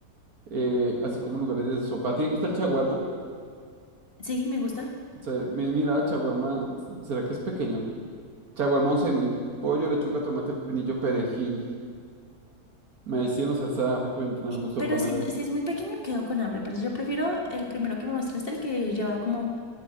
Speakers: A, on the right; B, on the left.
A: eh, así como lugares de sopa. ¿A ti te gusta el chaguarma?
B: sí, me gusta.
A: O sea, mi- mira, chaguarma, ¿será que es pequeño? Chaguarma 11.000 pollo, lechuga, tomate, pepinillo, perejil. Me hicieron salsa de ajo y pimentón
B: Eh,
A: al gusto
B: Pero
A: pan
B: si,
A: árabe.
B: si es muy pequeño, quedo con hambre. Pero yo prefiero el primero que me mostraste, el que llevaba como